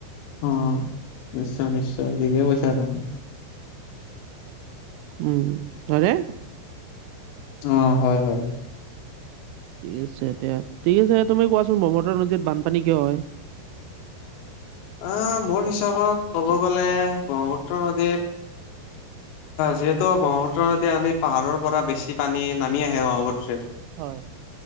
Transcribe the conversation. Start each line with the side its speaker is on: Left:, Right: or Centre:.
Left: অ, অ। নিশ্চয়, নিশ্চয় ঠিকে কৈছা তুমি।
Right: উম তাৰে
Left: অ, হয় হয়।
Right: ঠিক আছে এতিয়া ঠিক আছে তুমি কোৱাচোন ব্ৰহ্মপুত্ৰ নদীত বানপানী কিয় হয়?
Left: আ মোৰ হিচাপত ক'ব গ'লে ব্ৰহ্মপুত্ৰ নদীৰ যিহেতু ব্ৰহ্মপুত্ৰত এতিয়া আমি পাহাৰৰ পৰা বেছি পানী নামি আহে ব্ৰক্ষ্মপুত্ৰে
Right: হয়।